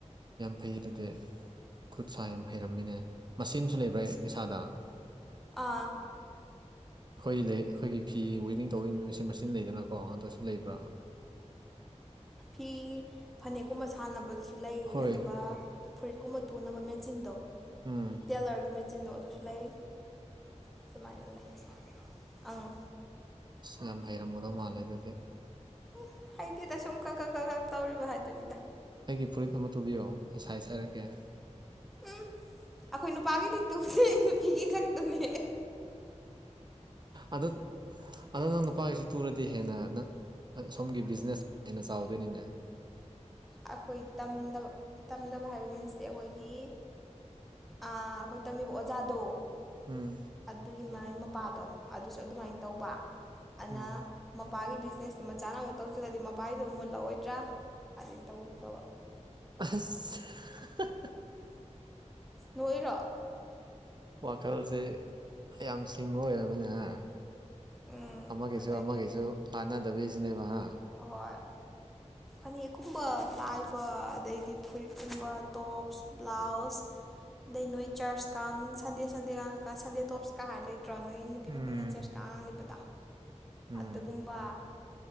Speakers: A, on the right; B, in the centre.
A: ꯌꯥꯝ ꯐꯩ ꯑꯗꯨꯗꯤ ꯈꯨꯠ ꯁꯥ ꯌꯥꯝ ꯍꯩꯔꯝꯃꯤꯅꯦ ꯃꯁꯤꯟꯁꯨ ꯂꯩꯕ꯭ꯔꯥ ꯏꯁꯥꯗ ꯑꯩꯈꯣꯏ
B: ꯑꯥ
A: ꯂꯩ ꯑꯩꯈꯣꯏꯒꯤ ꯐꯤ ꯋꯤꯕꯤꯡ ꯇꯧꯕꯩ ꯃꯁꯤ ꯃꯆꯤꯟ ꯂꯩꯗꯅꯀꯣ ꯑꯗꯨꯁꯨ ꯂꯩꯕ꯭ꯔꯥ
B: ꯐꯤꯒꯤ ꯐꯅꯦꯛꯀꯨꯝꯕ ꯁꯥꯟꯅꯕꯗꯨꯁꯨ ꯂꯩ
A: ꯍꯣꯏ
B: ꯑꯗꯨꯒ ꯐꯨꯔꯤꯠꯀꯨꯝꯕ ꯇꯨꯅꯕ ꯃꯦꯆꯤꯟꯗꯣ
A: ꯎꯝ
B: ꯇꯦꯂꯔꯒꯤ ꯃꯦꯆꯤꯟꯗꯣ ꯑꯗꯨꯁꯨ ꯂꯩ ꯑꯗꯨꯃꯥꯏꯅ ꯂꯩ ꯏꯁꯥꯒꯤꯔꯥ ꯑꯪ
A: ꯑꯁ ꯌꯥꯝ ꯍꯩꯔꯝꯒꯗꯧ ꯃꯥꯜꯂꯦ ꯑꯗꯨꯗꯤ
B: ꯎꯝ ꯍꯩꯇꯦꯗ ꯁꯨꯝ ꯀꯛ ꯀꯛ ꯀꯛ ꯀꯛ ꯇꯧꯔꯤꯕ ꯍꯥꯏꯗꯨꯅꯤꯗ
A: ꯑꯩꯒꯤ ꯐꯨꯔꯤꯠ ꯑꯃ ꯇꯨꯕꯤꯌꯣ ꯑꯩ ꯁꯥꯏꯖ ꯍꯥꯏꯔꯛꯀꯦ
B: ꯎꯝ ꯑꯩꯈꯣꯏ ꯅꯨꯄꯥꯒꯤꯗꯤ ꯇꯨꯗꯦ ꯅꯨꯄꯤꯒꯤ ꯈꯛꯇꯅꯦ
A: ꯑꯗꯣ ꯑꯗꯣ ꯅꯪ ꯅꯨꯄꯥꯒꯤꯁꯨ ꯇꯨꯔꯗꯤ ꯍꯦꯟꯅ ꯅꯪ ꯁꯣꯝꯒꯤ ꯕꯤꯖꯤꯅꯦꯁ ꯍꯦꯟꯅ ꯆꯥꯎꯗꯣꯏꯅꯤꯅꯦ
B: ꯑꯩꯈꯣꯏ ꯇꯝꯗꯕ ꯇꯝꯗꯕ ꯍꯥꯏꯕ ꯃꯤꯟꯁꯇꯤ ꯑꯩꯈꯣꯏꯒꯤ ꯑꯥ ꯑꯩꯈꯣꯏ ꯇꯝꯃꯤꯕ ꯑꯣꯖꯥꯗꯣ
A: ꯎꯝ
B: ꯑꯗꯨꯒꯤ ꯃꯥꯏ ꯃꯄꯥꯗꯣ ꯑꯗꯨꯁꯨ ꯑꯗꯨꯃꯥꯏꯅ ꯇꯧꯕ ꯑꯗꯨꯅ
A: ꯎꯝ
B: ꯃꯄꯥꯒꯤ ꯕꯤꯖꯤꯅꯦꯁꯇꯨ ꯃꯆꯥꯅ ꯑꯃꯨꯛ ꯇꯧꯁꯤꯜꯂꯗꯤ ꯃꯄꯥꯒꯤꯗꯣ ꯑꯃꯨꯛ ꯃꯨꯠꯂꯛꯑꯣꯏꯗ꯭ꯔꯥ ꯑꯗꯩ ꯇꯧꯗꯕ
A: ꯑꯁ <unintelligible>
B: ꯅꯣꯛꯏꯔꯣ
A: ꯋꯥꯈꯜꯁꯦ ꯌꯥꯝ ꯁꯤꯡꯕ ꯑꯣꯏꯔꯝꯃꯦꯅꯦ ꯍꯥ
B: ꯎꯝ
A: ꯑꯃꯒꯤꯁꯨ
B: ꯑꯗꯒꯤꯗꯤ
A: ꯑꯃꯒꯤꯁꯨ ꯍꯥꯠꯅꯗꯕꯤꯁꯤꯅꯦꯕ ꯍꯥ
B: ꯍꯣꯏ ꯐꯅꯦꯛꯀꯨꯝꯕ ꯇꯥꯏꯕ ꯑꯗꯩꯗꯤ ꯐꯨꯔꯤꯠꯀꯨꯝꯕ ꯇꯣꯞꯁ ꯕ꯭ꯂꯥꯎꯁ ꯑꯗꯩ ꯅꯣꯏ ꯆꯔꯆ ꯀꯥꯡ ꯁꯟꯗꯦ ꯁꯟꯗꯦꯒꯥꯡ ꯁꯟꯗꯦ ꯇꯣꯞꯁꯀ ꯍꯥꯏ ꯂꯩꯇ꯭ꯔꯣ ꯅꯣꯏ ꯅꯨꯄꯤ ꯃꯈꯩꯅ
A: ꯎꯝ
B: ꯆꯔꯆ ꯀꯥꯡ ꯂꯤꯠꯄꯗꯣ
A: ꯎꯝ
B: ꯑꯗꯨꯒꯨꯝꯕ